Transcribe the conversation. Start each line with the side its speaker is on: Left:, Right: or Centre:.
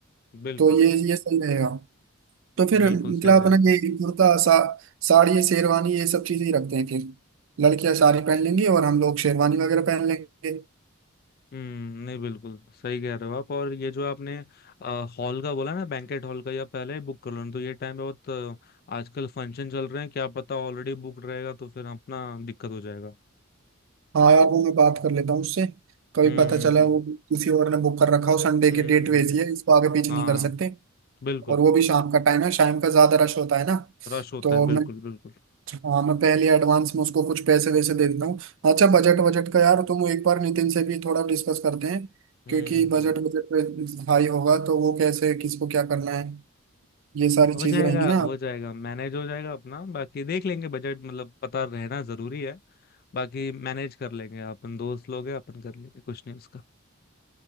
Left: बिल्कुल
Right: तो ये ये सही रहेगा तो फिर
Left: बिल्कुल
Right: मतलब
Left: सही रहेगा
Right: अपना ये कुर्ता सा साड़ी ये शेरवानी ये सब चीजें ही रखते हैं फिर लड़कियां साड़ी पहन लेंगी और हम लोग शेरवानी वगैरह पहन लेंगे
Left: हम्म नहीं बिल्कुल सही कह रहे हो आप और ये जो आपने हॉल का बोला ना बैंकेट हॉल का या पहले ही बुक कर लो नहीं तो ये टाइम पे बहुत अ, आजकल फंक्शन चल रहे हैं क्या पता ऑलरेडी बुक रहेगा तो फिर अपना दिक्कत हो जाएगा
Right: हाँ यार वो मैं बात कर लेता हूँ उससे कभी
Left: हम्म
Right: पता चला
Left: हम्म
Right: वो किसी और ने बुक कर रखा हो संडे
Left: हम्म,
Right: की डेट वैसी
Left: हम्म,
Right: है इसको आगे पीछे नहीं
Left: हाँ
Right: कर सकते
Left: बिल्कुल
Right: और वो भी शाम का टाइम है शाम का ज्यादा रश होता है ना
Left: रश होता
Right: तो
Left: है बिल्कुल
Right: मैं
Left: बिल्कुल
Right: हाँ मैं पहले एडवांस में उसको कुछ पैसे वैसे दे देता हूँ अच्छा बजट बजट का यार तुम एक बार नितिन से भी थोड़ा डिस्कस करते हैं
Left: हम्म
Right: क्योंकि बजट
Left: हम्म
Right: बजट हाई होगा तो वो कैसे किसको क्या करना है ये सारी
Left: हो
Right: चीज
Left: जाएगा
Right: रहेंगी ना
Left: हो जाएगा मैनेज हो जाएगा अपना बाकी देख लेंगे बजट मतलब पता रहना जरूरी है बाकी मैनेज कर लेंगे अपन दोस्त लोग हैं अपन कर लेंगे कुछ नहीं उसका